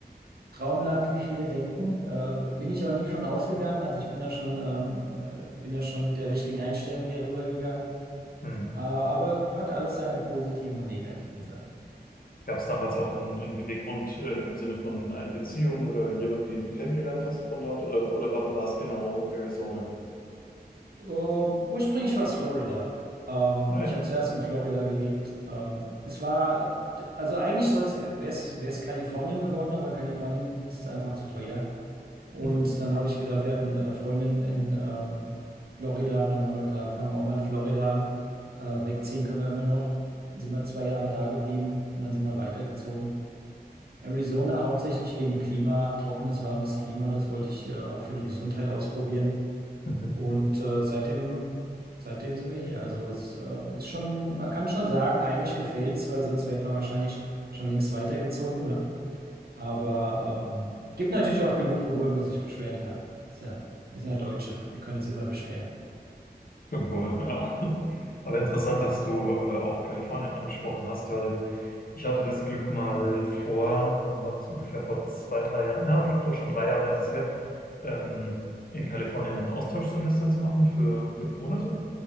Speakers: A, on the right; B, on the left.
A: Traumland, wie viele denken. Äh, bin ich auch nie von ausgegangen. Also ich bin da schon, ähm, äh, bin da schon mit der richtigen Einstellung hier rübergegangen.
B: Hm.
A: Äh, aber hat alles seine positiven und negativen Seiten.
B: Gab es damals auch einen, einen Beweggrund äh, im Sinne von einer Beziehung oder jemanden, den du kennengelernt hast von dort? Oder, oder warum war es genau Arizona?
A: Äh, ursprünglich war es Florida. Ähm,
B: Ah ja.
A: ich habe zuerst in Florida gelebt. Ähm, es war, äh, d- also eigentlich soll's, wäre es Kalifornien geworden, aber Kalifornien ist einfach zu teuer. Und
B: Mhm.
A: dann habe ich gedacht, wir hatten äh, Freundinnen in ähm, Florida und dann haben wir gesagt, fangen wir auch mal in Florida an. Äh, wegziehen können wir immer noch. Dann sind wir zwei Jahre da geblieben und dann sind wir weitergezogen. Arizona hauptsächlich wegen Klima, trockenes, warmes Klima. Das wollte ich äh, auch für die Gesundheit ausprobieren.
B: Mhm.
A: Und äh, seitdem, seitdem sind wir hier. Also es äh, ist schon, man kann schon sagen, eigentlich gefällt's, weil sonst wäre man wahrscheinlich schon längst weitergezogen, ne? Aber ähm, gibt natürlich auch genug, worüber man sich beschweren kann. Ist ja, wir sind ja Deutsche, wir können uns immer beschweren.
B: Stimmt wohl, <laughs> ja. Aber interessant, dass du äh, auch Kalifornien angesprochen hast, weil ich hatte das Glück mal vor, wann war das ungefähr, vor zwei, drei Jahren, ja, doch schon drei Jahre ist es her, ähm, in Kalifornien ein Austauschsemester zu machen für fünf Monate.